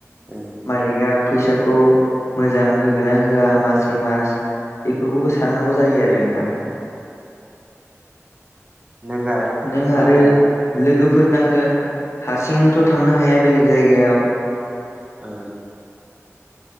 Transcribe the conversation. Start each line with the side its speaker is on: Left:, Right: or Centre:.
Right: औ
Left: मालिका फैसाखौ मोजां होगोना होआ मासै मास बेफोरखौबो साननांगौ जायो आरो नोंथां।
Right: लोगोआ
Left: नों
Right: मा
Left: आरो
Right: होनो
Left: लोगोफोर नांगोन हारसिंथ' थांनो हाया बेलेग जायगायाव
Right: ओ